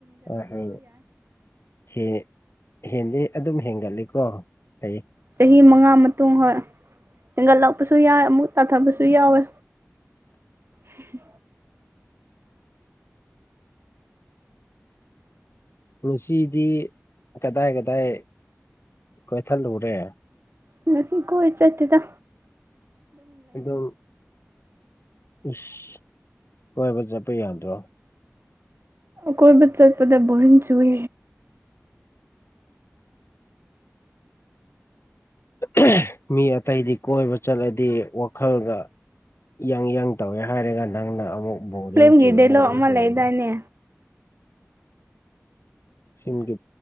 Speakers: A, on the left (about 55°); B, on the right (about 55°).
A: ꯑꯩ ꯍꯦ ꯍꯦꯟꯗꯤ ꯑꯗꯨꯝ ꯍꯦꯟꯒꯠꯂꯤꯀꯣ ꯑꯩ
B: ꯆꯍꯤ ꯃꯉꯥ ꯃꯇꯨꯡ ꯍꯣꯏ ꯍꯦꯟꯒꯠꯂꯛꯄꯁꯨ ꯌꯥꯎꯏꯦ ꯑꯃꯨꯛ ꯇꯥꯊꯕꯁꯨ ꯌꯥꯎꯋꯦ ꯎ
A: ꯄꯨꯟꯁꯤꯗꯤ ꯀꯗꯥꯏ ꯀꯗꯥꯏ ꯀꯣꯏꯊꯜꯂꯨꯔꯦ
B: ꯉ ꯀꯣꯏ ꯆꯥꯠꯇꯗ
A: ꯑꯩꯗꯣ ꯏꯁꯁ ꯍꯣꯏꯕ ꯆꯠꯄ ꯌꯥꯗ꯭ꯔꯣ
B: ꯀꯣꯏ ꯕꯆꯆꯥ ꯄꯗ ꯣꯏ ꯆꯨꯋꯦ
A: ꯑꯍꯦ ꯃꯤ ꯑꯇꯩꯗꯤ ꯀꯣꯏꯕ ꯆꯠꯂꯗꯤ ꯋꯥꯈꯜꯒ ꯌꯥꯪ ꯌꯥꯡ ꯇꯧꯋꯦ ꯍꯥꯏꯔꯒ ꯅꯪꯅ ꯑꯃꯨꯛ ꯕꯣꯔꯤꯡ
B: ꯐꯤꯂꯝꯒꯤ
A: ꯆꯨꯏꯦ
B: ꯗꯥꯏꯂꯣꯛ
A: ꯍꯥꯏꯔꯒ
B: ꯑꯃ
A: ꯀꯩ
B: ꯂꯩꯗꯥꯏꯅꯦ
A: ꯁꯤꯝꯒꯤ